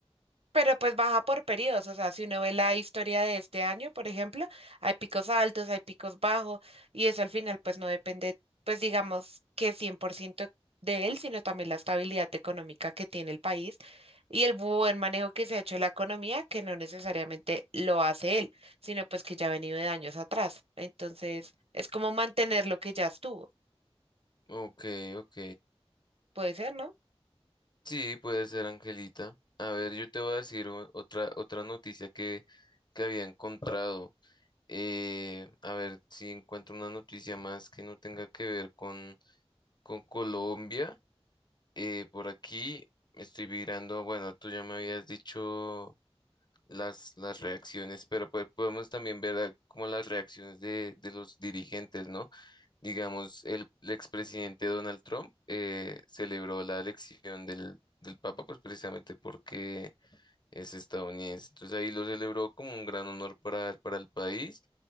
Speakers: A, on the right (about 70°); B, on the left (about 45°).
A: Pero pues baja por periodos, o sea, si uno ve la historia de este año, por ejemplo, hay picos altos, hay picos bajos, y eso al final pues no depende, pues digamos que 100% de él, sino también la estabilidad económica que tiene el país y el buen manejo que se ha hecho de la economía, que no necesariamente lo hace él, sino pues que ya ha venido de años atrás. Entonces, es como mantener lo que ya estuvo,
B: Ok, ok.
A: puede ser, ¿no?
B: Sí, puede ser Angelita. A ver, yo te voy a decir o- otra, otra noticia que, que había encontrado. Eh, a ver si encuentro una noticia más que no tenga que ver con, con Colombia. Eh, por aquí estoy mirando, bueno, tú ya me habías dicho las, las reacciones, pero pues podemos también ver ah, como las reacciones de, de los dirigentes, ¿no? Digamos, el, el expresidente Donald Trump eh, celebró la elección del, del Papa, pues precisamente porque es estadounidense. Entonces ahí lo celebró como un gran honor para, el- para el país